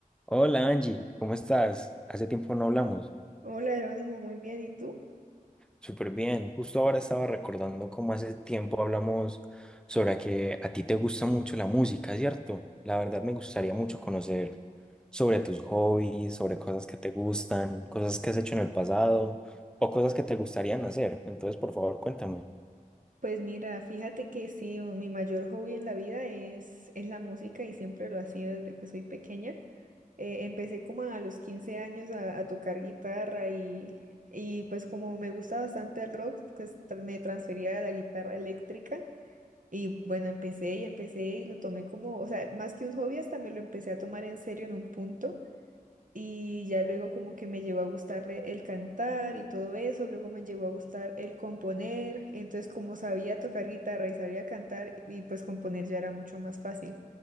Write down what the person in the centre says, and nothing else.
Hola Angie, ¿cómo estás? Hace tiempo no hablamos.
Súper bien. Justo ahora estaba recordando cómo hace tiempo hablamos sobre que a ti te gusta mucho la música, ¿cierto? La verdad me gustaría mucho conocer sobre tus hobbies, sobre cosas que te gustan, cosas que has hecho en el pasado o cosas que te gustarían hacer. Entonces, por favor, cuéntame.